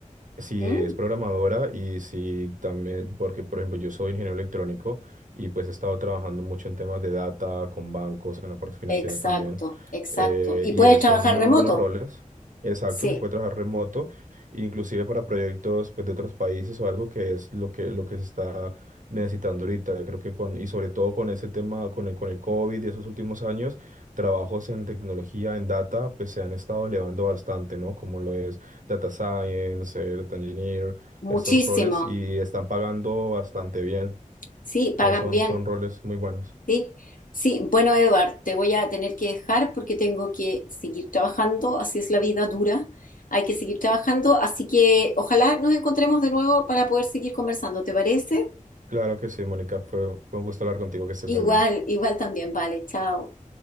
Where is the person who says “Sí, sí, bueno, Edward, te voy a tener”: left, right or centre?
Left